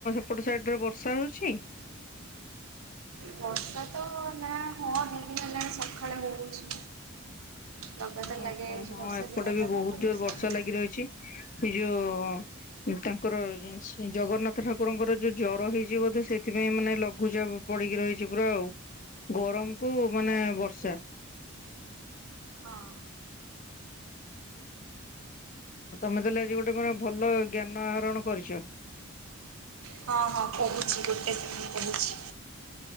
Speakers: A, on the left; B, on the right.
A: ସେପଟେ ସାଇଡ୍ ରେ ବର୍ଷା ହଉଛି?
B: ବର୍ଷା ତ ନା ହଁ ଦି ଦିନ ହେଲାଣି ସଖାଳେ ହଉଛି। ଲଗାତାର
A: ଉଁ
B: ଲାଗି
A: ହୁଁ
B: ରହିଛି
A: ହଁ
B: ବର୍ଷା
A: ଏପଟେ
B: ଦିନଟା
A: ବି ବହୁତ
B: ନା ତ
A: ଜୋର୍ ବର୍ଷା
B: ହଁ
A: ଲାଗି ରହିଛି ଏଇ ଯୋଉ ଉଁ ତାଙ୍କର ଜଗନ୍ନାଥ ଠାକୁରଙ୍କର ଯୋଉ ଜର ହେଇଛି ବୋଧେ ସେଥିପାଇଁ ମାନେ ଲଘୁଚାପ ପଡ଼ିକି ରହିଛି ପୁରା ଆଉ ଗରମ କୁ ମାନେ ବର୍ଷା।
B: ହଁ।
A: ତମେ ତାହେଲେ ଆଜି ଗୋଟେ ମାନେ ଭଲ ଜ୍ଞାନ ଆହରଣ କରିଛ।
B: ହଁ ହଁ କହୁଛି ଗୋଟେ ସେକେଣ୍ଡ